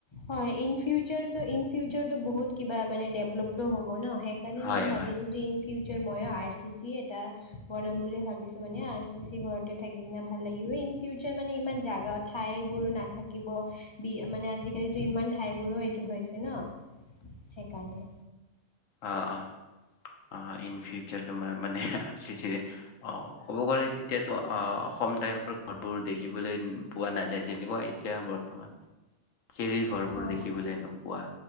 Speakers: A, on the left; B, on the left.
A: হয় ইন ফিউচাৰটো, ইন ফিউচাৰটো বহুত কিব বা মানে ডেভলপ টো হ'ব ন? সেইকাৰণে
B: হয়,
A: মই ভাবি
B: হয়।
A: যদি ইন ফিউচাৰ ময়ো আৰ চি চি এটা বনাম বুলি ভাবিছোঁ মানে, আৰ চি চি ঘৰতে থাকি কিনে ভাল লাগিব, ইন ফিউচাৰ মানে ইমান জাগা, ঠাইবোৰ নাথাকিব বি মানে আজি কালিতো ইমান ঠাইবোৰো এইটো হৈছে ন? সেইকাৰণে।
B: অ', অ', অ', ইন ফিউ চাৰ তোমাৰ মানে আৰচিচি ৰে অহ, ক'ব গ'লে তেতিয়াতো অহ অসম টাইপৰ ঘৰবোৰ দেখিবলৈ পোৱা নাযায়, যেনেকুৱা এতিয়া বৰ্তমান খেৰীৰ ঘৰবোৰ
A: হয়
B: দেখিবলৈ নোপোৱা।